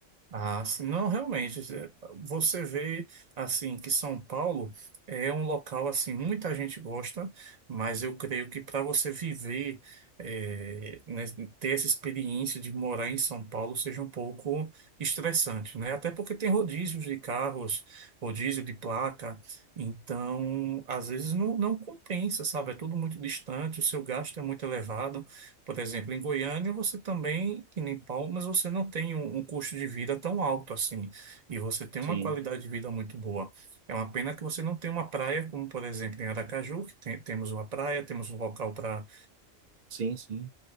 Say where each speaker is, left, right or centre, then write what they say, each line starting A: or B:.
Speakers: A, on the right; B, on the right.
A: Ah, sim. não, realmente, é, você vê, assim, que São Paulo é um local, assim, muita gente gosta, mas eu creio que para você viver, é, né, ter essa experiência de morar em São Paulo seja um pouco estressante, né? Até porque tem rodízios de carros, rodízio de placa, então, às vezes não, não compensa, sabe? É tudo muito distante, o seu gasto é muito elevado, por exemplo, em Goiânia você também, que nem Palmas, você não tem um, um custo de vida tão alto assim. E você tem
B: Sim,
A: uma qualidade de vida muito boa. É uma pena que você não tem uma praia, como por exemplo em Aracaju, que tem- temos uma praia, temos um local para
B: sim, sim.